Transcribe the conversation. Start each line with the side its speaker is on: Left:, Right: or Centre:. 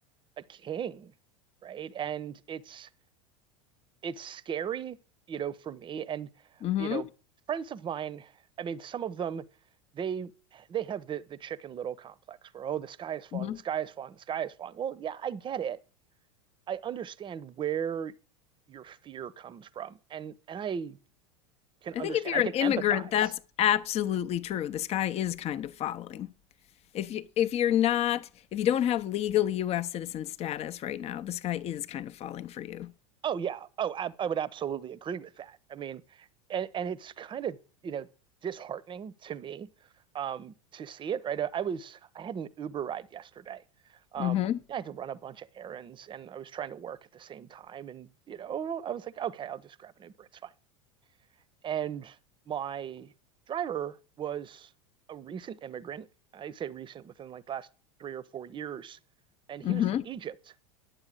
Right: a king, right? And it's it's scary, you know, for me. And,
Left: Hmm.
Right: you know, friends of mine, I mean, some of them, they they have the the Chicken Little complex where, oh, the sky is falling,
Left: hmm
Right: the sky is falling, the sky is falling. Well, yeah, I get it. I understand where your fear comes from. And and I can
Left: I
Right: understand.
Left: think if you're
Right: I
Left: an
Right: can
Left: immigrant,
Right: empathize.
Left: that's absolutely true. The sky is kind of falling. If you if you're not, if you don't have legal US citizen status right now, the sky is kind of falling for you.
Right: Oh yeah. Oh, I, I would absolutely agree with that. I mean, and and it's kind of, you know, disheartening to me um to see it, right? I, I was I had an Uber ride yesterday. Um,
Left: Mm-hmm.
Right: I had to run a bunch of errands and I was trying to work at the same time and, you know, I was like, okay, I'll just grab an Uber, it's fine. And my driver was a recent immigrant. I say recent within like last three or four years, and he
Left: Mm-hmm.
Right: was from Egypt.